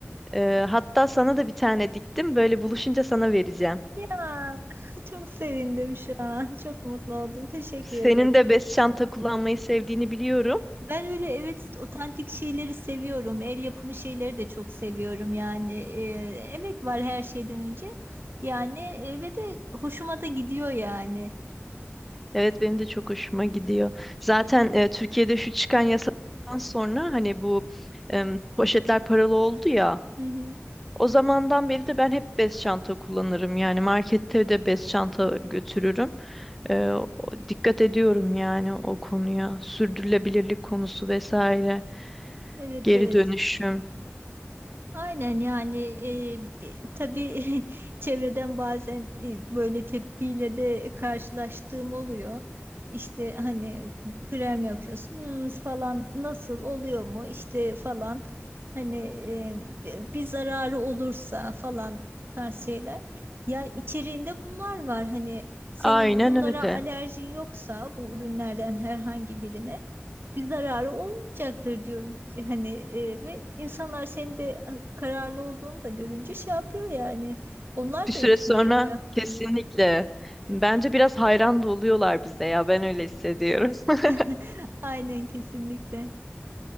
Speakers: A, in the centre; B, on the right.
A: E, hatta sana da bir tane diktim. Böyle buluşunca sana vereceğim.
B: ya <laughs> çok sevindim şu an çok mutlu oldum teşekkür
A: Senin
B: ederim.
A: de bez çanta kullanmayı sevdiğini biliyorum.
B: Ben öyle evet otantik şeyleri seviyorum. El yapımı şeyleri de çok seviyorum yani. e, emek var her şeyden önce. Yani e, ve de hoşuma da gidiyor yani.
A: Evet benim de çok hoşuma gidiyor. Zaten e, Türkiye'de şu çıkan yasadan sonra hani bu em, poşetler paralı oldu ya.
B: Hı hı.
A: O zamandan beri de ben hep bez çanta kullanırım. Yani markette de bez çanta götürürüm. E, o- dikkat ediyorum yani o konuya. Sürdürülebilirlik konusu vesaire.
B: Evet
A: Geri
B: evet.
A: dönüşüm.
B: Aynen yani e, e, tabii <laughs> çevreden bazen e, böyle tepkiyle de karşılaştığım oluyor. İşte hani krem yapıyorsunuz falan nasıl oluyor mu işte falan hani e, bi- bir zararı olursa falan bu tarz şeyler. Ya içeriğinde bunlar var hani senin
A: Aynen
B: bunlara
A: öyle.
B: alerjin yoksa bu ürünlerden herhangi birine bir zararı olmayacaktır diyorum. E, Hani e, ve insanlar senin de e, kararlı olduğunu da görünce şey yapıyor yani. Onlar
A: Bir
B: da
A: süre
B: etkileniyor.
A: sonra kesinlikle. Bence biraz hayran da oluyorlar bize ya. Ben öyle hissediyorum. <laughs>
B: <laughs> Aynen kesinlikle.